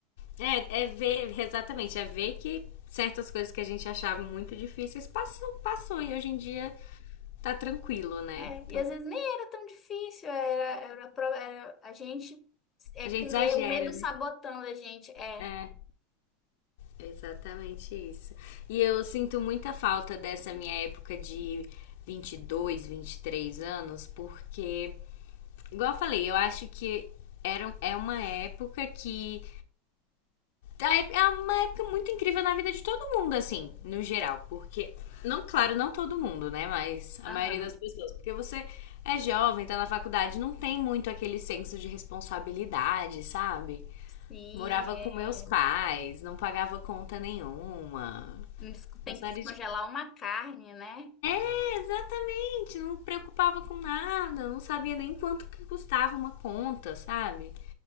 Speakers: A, on the left (about 70°); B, on the left (about 30°).
A: É, é ver, exatamente, é ver que certas coisas que a gente achava muito difíceis passou, passou e hoje em dia tá tranquilo, né?
B: É,
A: Então,
B: e às vezes nem era tão difícil, era, era, pro- era a gente é,
A: a gente
B: com
A: exagera,
B: medo, o medo sabotando
A: né?
B: a gente. É,
A: É, exatamente isso. E eu sinto muita falta dessa minha época de vinte vinte e dois vinte e três anos, porque, igual eu falei, eu acho que era, é uma época que a é uma época muito incrível na vida de todo mundo, assim, no geral. Porque, não, claro, não todo mundo, né? Mas a
B: aham.
A: maioria das pessoas. Porque você é jovem, tá na faculdade, não tem muito aquele senso de responsabilidade, sabe?
B: Sim,
A: Morava
B: é.
A: com meus pais, não pagava conta nenhuma.
B: Não des- Tem
A: Uma série
B: que descongelar
A: de.
B: uma carne, né?
A: É, Exatamente, não preocupava com nada, não sabia nem quanto que custava uma conta, sabe?